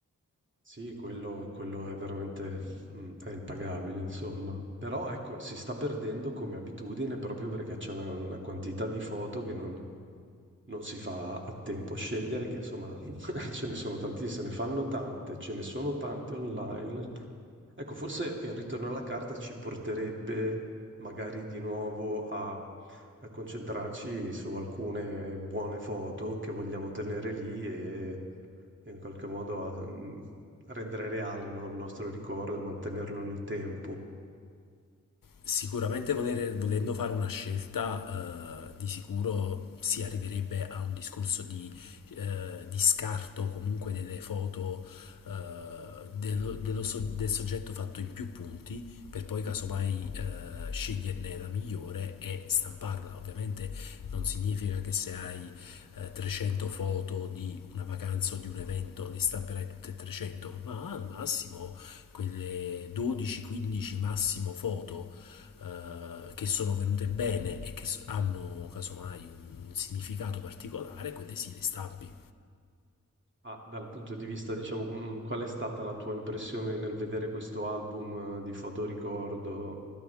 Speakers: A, on the right; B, on the left.
A: Sì, quello, quello è veramente mm, è impagabile, insomma. Però ecco, si sta perdendo come abitudine proprio perché c'è una, una quantità di foto che non, non si fa a tempo a scegliere, che insomma <laughs> ce ne sono tantissime, se ne fanno tante, ce ne sono tante online Ecco, forse il ritorno alla carta ci porterebbe magari di nuovo a, a concentrarci su alcune buone foto che vogliamo tenere lì e, e in qualche modo a, mm, a rendere reale, no, il nostro ricordo, mantenerlo nel tempo.
B: Sicuramente volere- volendo fare una scelta, eh, di sicuro si arriverebbe a un discorso di, eh, di scarto comunque delle foto, eh, dello- dello so- del soggetto fatto in più punti, per poi casomai eh, sceglierne la migliore e stamparla. Ovviamente non significa che se hai eh, 300 foto di una vacanza o di un evento le stamperai tutte e 300, ma al massimo quelle 12-15 massimo foto eh, che sono venute bene e che s- hanno casomai un significato particolare, quelle sì, le stampi.
A: Ah, dal punto di vista, diciamo, mm, qual è stata la tua impressione nel vedere questo album eh, di fotoricordo